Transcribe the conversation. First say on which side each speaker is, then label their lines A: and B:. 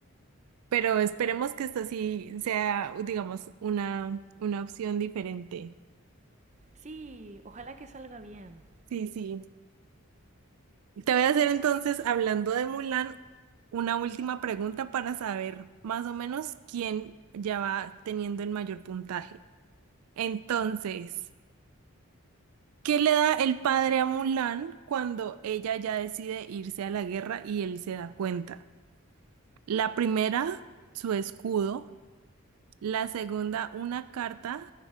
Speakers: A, on the right; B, on the right.
A: pero esperemos que esta sí sea, digamos, una, una opción diferente.
B: Sí, ojalá que salga bien.
A: Sí, sí. Te voy a hacer entonces, hablando de Mulan, una última pregunta para saber más o menos quién ya va teniendo el mayor puntaje. Entonces, ¿qué le da el padre a Mulan cuando ella ya decide irse a la guerra y él se da cuenta? La primera, su escudo, la segunda, una carta